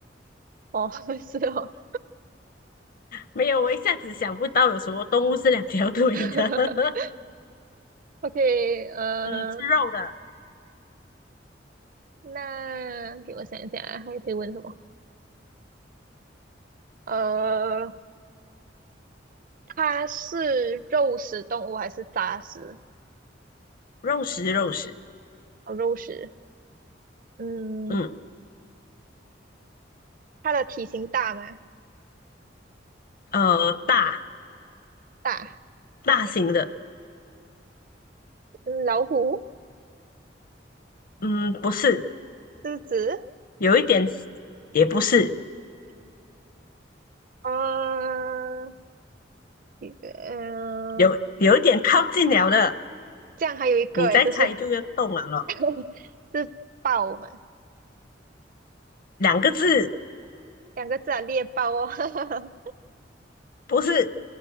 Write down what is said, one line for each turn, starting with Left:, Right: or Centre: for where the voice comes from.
Right: <laughs> 哦，是哦。
Left: 没有，我一下子想不到有什么动物是两条腿的。
Right: <laughs>
Left: <laughs>
Right: OK，呃，
Left: 嗯，吃肉的，
Right: 那给我想一想啊，还可以问什么？呃，它是肉食动物还是杂食？
Left: 肉食，肉食，
Right: 哦，肉食。嗯，
Left: 嗯。
Right: 它的体型大吗？
Left: 呃，大
Right: 大。
Left: 大型的，
Right: 嗯老虎、
Left: 嗯，不是，
Right: 狮子，
Left: 有一点也不是，
Right: 啊，一个，嗯、
Left: 有有一点靠近了的，
Right: 这样还有一个诶，
Left: 你再猜就要动了咯。
Right: 就是 <laughs> 是豹嘛，
Left: 两个字，
Right: 两个字啊，猎豹哦，<laughs>
Left: 不是，